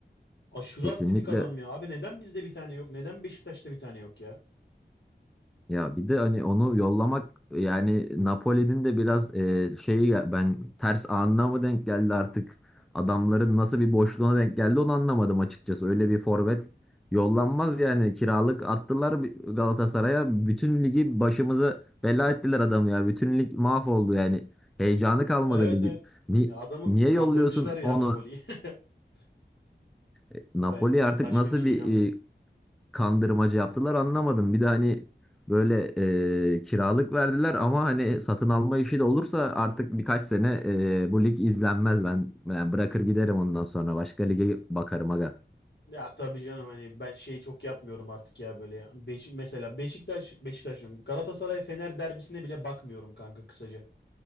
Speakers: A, on the left (about 75°); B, in the centre.
A: Aşırı
B: Kesinlikle
A: atletik adam ya. Abi neden bizde bir tane yok? Neden Beşiktaş'ta bir tane yok ya?
B: Ya bir de hani onu yollamak yani Napoli'nin de biraz e, şeyi ya- ben ters anına mı denk geldi artık adamların nasıl bir boşluğuna denk geldi onu anlamadım açıkçası. Öyle bir forvet yollanmaz yani kiralık attılar bir- Galatasaray'a bütün ligi başımıza bela ettiler adam ya. Bütün lig mahvoldu yani heyecanı kalmadı
A: Evet
B: ligin.
A: evet.
B: Ni-
A: Ya adamı
B: niye
A: kandırmışlar
B: yolluyorsun
A: ya
B: onu?
A: Napoli'yi. <laughs>
B: E, Napoli
A: Ben
B: artık
A: başka
B: nasıl
A: bir şeye
B: bir
A: inanmıyorum.
B: kandırmacı yaptılar anlamadım. Bir de hani böyle e, kiralık verdiler ama hani satın alma işi de olursa artık birkaç sene e, bu lig izlenmez ben. Ben bırakır giderim ondan sonra başka lige bakarım aga.
A: Ya tabii canım hani ben şeyi çok yapmıyorum artık ya böyle. Beşik, mesela Beşiktaş, Beşiktaş'ım Galatasaray Fener derbisine bile bakmıyorum kanka kısaca.